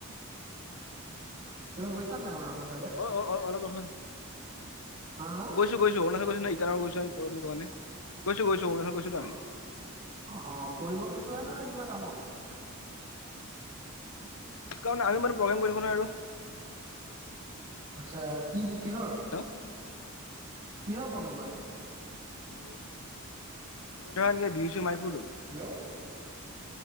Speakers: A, on the right (about 40°); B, on the left (about 75°).
A: তুমি গৈছা নাই অৰুনাচল।
B: অ অ অ <unintelligible>
A: হা হা
B: গৈছো গৈছো অৰুণাচল গৈছ ন ইটানগৰ গৈছো দানে গৈছো গৈছো, অৰুণাচল গৈছোতো
A: অ
B: আমি
A: অ অ ফুৰিব গৈছিলে নে কিবা কামত। <unintelligible>
B: কাৰণে আমি মানো প্ৰগ্ৰেম কৰিব নোৱাৰ আৰু
A: আচ্ছা কি কিহৰ
B: হেল্ল'
A: কিহৰ পগেম কোৱা।
B: হেল্ল আমি ধৰা নেকি বিহু চি মাইপুৰটো।
A: হেল্ল'